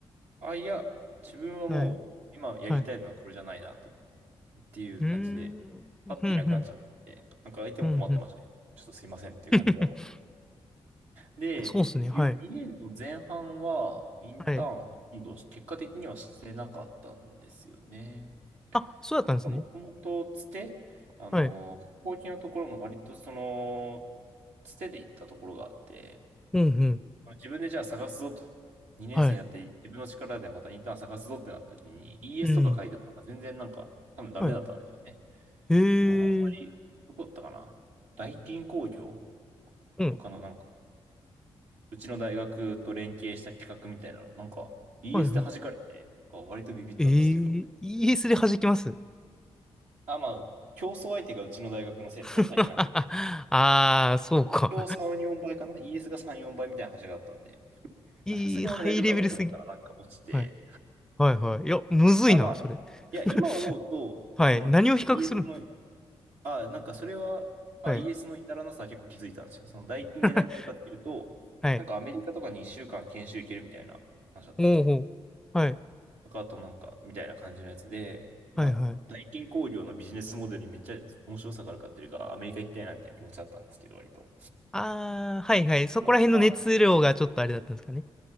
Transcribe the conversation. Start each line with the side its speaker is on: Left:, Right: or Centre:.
Right: あ、いや、自分はもう、
Centre: はい、
Right: 今やりたいのはこれじゃないなと、
Centre: はい。
Right: っていう感じで、
Centre: うーん、
Right: パッていなくなっちゃって、
Centre: ふんふん、
Right: なんか相手も困ってましたねちょっとすいませんっていう感じだもん。
Centre: ふんふん。<laughs>
Right: で、
Centre: そうっすね、はい、
Right: 2年の前半は、インターンほとんど結果的にはしてなかったんですよね。
Centre: はい。あ、そうだったんですね。
Right: なんかもともとつて、あの、
Centre: はい。
Right: 後期のところも割とその、つてで行ったところがあって、
Centre: うんうん、
Right: 自分でじゃあ探すぞと。2年生になって自分の力でまたインターン探すぞってなった時に
Centre: はい。
Right: ES
Centre: うん、
Right: とか書いてもなんか全然なんか多分ダメだったんでしょうね。
Centre: はい。へえー、
Right: そのあんまり、どこだったかな。大金工業
Centre: うん、
Right: とかのなんか、うちの大学と連携した企画みたいなの、なんか ES
Centre: はいはい。
Right: で弾かれて、あ、割とビビったんですけど。
Centre: ええ、イーエスで弾きます
Right: あ、まあ、競争相手がうちの大学の生徒だっただけなんで、
Centre: <laughs> ああー、そうか。
Right: 今日3、4倍かな ?ES が3、4倍みたいな話があったんで、
Centre: いい、
Right: まあさすがに俺大丈夫だろうと思ったらなんか落ちて、
Centre: ハイレベルすぎ。はいはいはい。いや、むずいな、
Right: あ、まあ、
Centre: それ。
Right: いや、
Centre: <laughs>
Right: 今思うと、
Centre: はい。
Right: その
Centre: 何を比較するの
Right: ES の、あ、なんかそれは、あ、
Centre: はい。
Right: イーエスの至らなさは結構気づいたんですよ。その代金で何やるかっていうと、
Centre: <laughs> はい。
Right: なんかアメリカとかに1週間研修行けるみたいな話だったんですね。
Centre: おうほう。はい。
Right: とか、あとなんか、みたいな感じのやつで、まあ、
Centre: はいはい。
Right: 代金工業のビジネスモデルにめっちゃ面白さがあるかっていうか、アメリカ行きたいなみたいな気持ちだったんですけど、割と。
Centre: ああ、はいはい。そこら辺の熱量がちょっとあれだったんですかね。
Right: で、まあ、